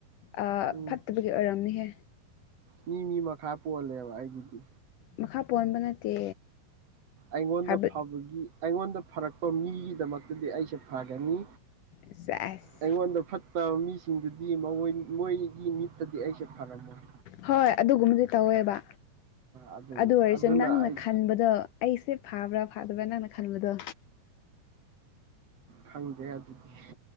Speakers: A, on the left; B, on the right.
A: ꯑ
B: ꯎꯝ
A: ꯐꯠꯇꯕꯒꯤ ꯑꯣꯏꯔꯝꯅꯤꯍꯦ
B: ꯃꯤ ꯃꯤ ꯃꯈꯥ ꯄꯣꯜꯂꯦꯕ ꯑꯩꯒꯤꯗꯤ
A: ꯃꯈꯥ ꯄꯣꯟꯕ ꯅꯠꯇꯦ
B: ꯑꯩꯉꯣꯟꯗ
A: ꯍꯥꯏꯕ
B: ꯐꯕꯒꯤ ꯑꯩꯉꯣꯟꯗ ꯐꯔꯛꯄ ꯃꯤꯒꯤꯗꯃꯛꯇꯗꯤ ꯑꯩꯁꯦ ꯐꯒꯅꯤ
A: ꯁꯁ
B: ꯑꯩꯉꯣꯟꯗ ꯐꯠꯇꯕ ꯃꯤꯁꯤꯡꯗꯨꯗꯤ ꯃꯣꯏ ꯃꯣꯏꯒꯤ ꯃꯤꯠꯇꯗꯤ ꯑꯩꯁꯦ ꯐꯔꯝꯃꯣꯏ꯫
A: ꯍꯣꯏ ꯑꯗꯨꯒꯨꯝꯕꯗꯤ ꯇꯧꯋꯦꯕ
B: ꯑꯗꯨꯅꯤ
A: ꯑꯗꯨ ꯑꯣꯏꯔꯁꯨ
B: ꯑꯗꯨꯅ
A: ꯅꯪꯅ
B: ꯑꯩ
A: ꯈꯟꯕꯗꯣ ꯑꯩꯁꯦ ꯐꯥꯕ꯭ꯔꯥ ꯐꯥꯗꯕ꯭ꯔꯥ ꯅꯪꯅ ꯈꯟꯕꯗꯣ
B: ꯈꯪꯗ꯭ꯔꯦ ꯑꯗꯨꯗꯤ